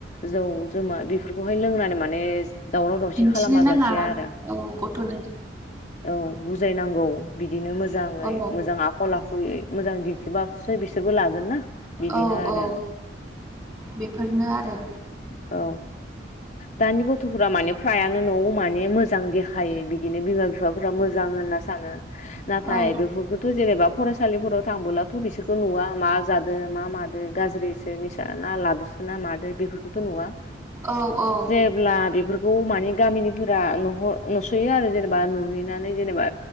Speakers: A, on the left; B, on the right.
A: जौ जमा बेफोरखौहाय लोंनानै माने दावराव दावसि
B: दिन्थिनो
A: खालामा
B: नाङा
A: जासे आरो
B: औ गथ'नो
A: औ बुजायनांगौ बिदिनो मोजाङै
B: औ
A: मोजां आखल आखुयै मोजां दिन्थिबा। बिसोरबो लागोन ना बिदिनो
B: औ
A: आरो।
B: औ बेफोरनो आरो
A: औ दानि गथ'फोरा माने फ्रायानो न'आव माने मोजां दे। हायो बिदिनो बिमा बिफाफोरा मोजां होनना सानो नाथाय
B: औ
A: बेफोरखौथ' जेनेबा फरायसालि। फोराव थांबोला थ' बिसोरखौ नुवा मा जादों मा मादों गाज्रिसो निसा ना लादोसो ना मादो बेफोरखौथ' नु आं
B: औ औ
A: जेब्ला बे बेफोरखौ माने गामिनिफोरा नुसोयो आरो जेनेबा नुहैनानै जेनेबा